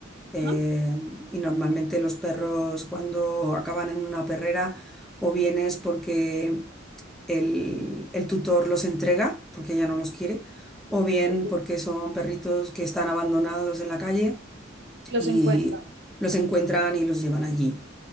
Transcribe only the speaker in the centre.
eh,
y normalmente los perros cuando acaban en una perrera o bien es porque el, el tutor los entrega porque ya no los quiere, o bien
porque son perritos que están abandonados en la calle
y
los encuentran y los llevan allí.